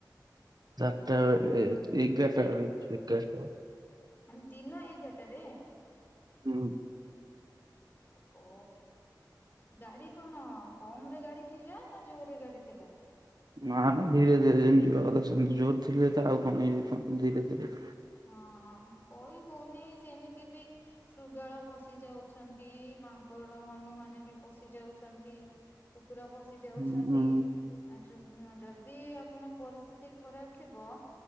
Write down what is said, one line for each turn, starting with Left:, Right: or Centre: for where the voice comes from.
Right: ଚାରଟା ବେଳେ ଏଗାରଟା ବେଳେ ଏଗାରଟା ବେଳେ।
Left: ମାନେ ଦିନ ଏଗାରଟେରେ?
Right: ହୁଁ।
Left: ଓହୋ ଗାଡି କଣ କମ୍ ରେ ଗାଡି ଥିଲା ନା ଜୋରରେ ଗାଡି ଥିଲା।
Right: ନା ନା ଧୀରେ ଧୀରେ ଯିବା କଥା ସେମିତି ଜୋର ଥିଲେ ତ ଆଉ କଣ ହେଇଯାଇ <unintelligible> ଧୀରେ ଧୀରେ।
Left: ହଁ କହି ହଉନି ସେମିତି ବି। ଶୃଗାଳ ପଶି ଯାଉଛନ୍ତି ମାଙ୍କର ହନୁମାନେ ବି ପଶି ଯାଉଛନ୍ତି। କୁକୁର ପଶି ଯାଉଛନ୍ତି।
Right: ହୁଁ
Left: ଆ ଯୁଗ୍ମ ଯଦି ଆପଣ ପରିସ୍ଥିତି ଖରାପ ଥିବ